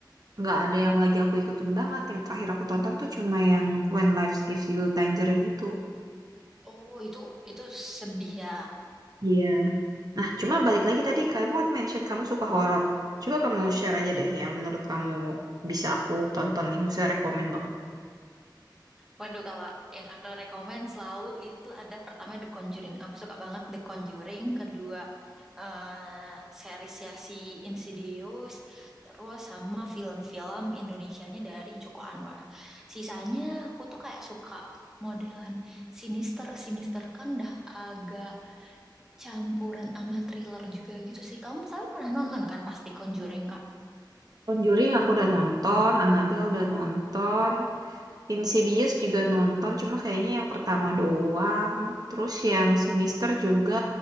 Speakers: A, on the right; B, in the centre.
A: nggak ada yang lagi aku ikutin banget. Yang terakhir aku tonton tuh cuma yang When Life Gives You Tangerine itu.
B: Oh, itu itu sedih ya.
A: Iya. Nah, cuma balik lagi tadi kamu kan mention kamu suka horor. Coba kamu share aja deh yang menurut kamu bisa aku tonton nih, misalnya rekomen banget.
B: Waduh, kalau yang aku rekomen selalu itu ada pertama The Conjuring. Aku suka banget The Conjuring. Kedua, eh series ya si Insidious. Terus sama film-film Indonesianya dari Joko Anwar. Sisanya aku tuh kayak suka modelan sinister. Sinister kan dah agak campuran sama thriller juga gitu sih. Kamu tapi pernah nonton kan pasti Conjuring, Kak?
A: Conjuring aku udah nonton, Annabelle udah nonton, Insidious juga nonton, cuma kayaknya yang pertama doang. Terus yang Sinister juga